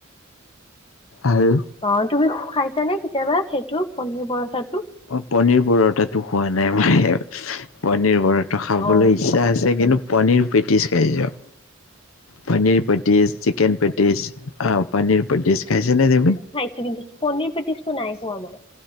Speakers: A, on the left; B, on the left.
A: আৰু
B: অ', তুমি খাইছানে কেতিয়াবা সেইটো পনীৰ পৰঠাটো?
A: অ', পনিৰ পৰঠাটো খোৱা নাই মই পনীৰ পৰ খাবলৈ
B: অ
A: ইচ্ছা আছে কিন্তু পনীৰ পেটিছ খাইছোঁ।
B: <inaudible>
A: Paneer patties, chicken patties. আহ, পনীৰ পটিছ খাইছা নাই তুমি?
B: পনিৰ পেটিছটো নাই খোৱা মই।